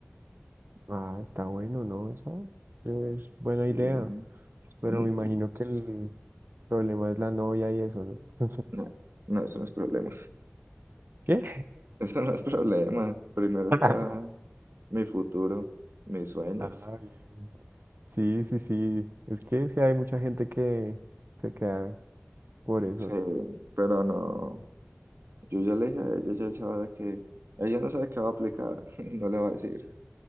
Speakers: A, on the right; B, on the right.
A: Ah, está bueno, ¿no? Esa es buena
B: Sí.
A: idea.
B: Mm,
A: Pero me imagino
B: y
A: que el problema es la novia y eso, ¿no?
B: No, no, eso no es problema.
A: ¿Qué?
B: Eso no es problema. Primero está
A: <laughs>
B: mi futuro, mis sueños.
A: Ah, bien. Sí, sí, sí. Es que sí hay mucha gente que se queda por eso,
B: Sí,
A: ¿no?
B: pero no. Yo ya le dije a ella, ella sabe que. Ella no sabe qué va a aplicar <laughs> y no le va a decir.